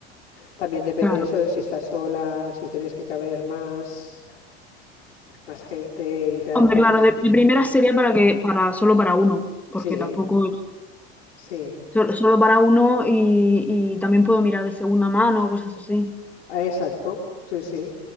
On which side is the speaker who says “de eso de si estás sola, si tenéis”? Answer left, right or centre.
Left